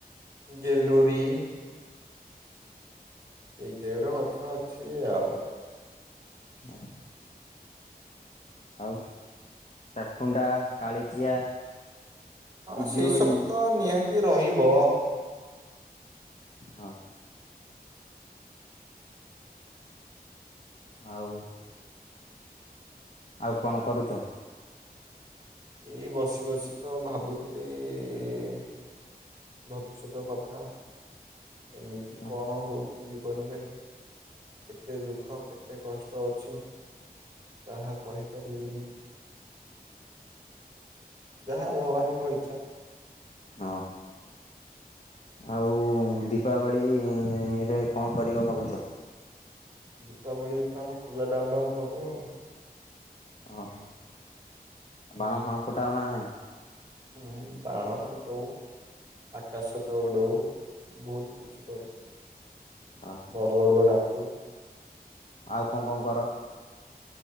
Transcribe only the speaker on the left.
ହଁ ଆଉ ଚାଖୁଣ୍ଡା କାଳିଚିଆ
ପିଜୁଳି
ହଁ ଆଉ ଆଉ କଣ କରୁଚ?
ଓହୋ
ହଁ ଆଉ ଦୀପାବଳି ରେ କଣ କରିବ ଭାବୁଚ?
ଅହ ବାଣ ଫାଣ ଫୁଟାଉ ନା ନାଇଁ?
ଓହୋ
ଆଉ କଣ କଣ କର?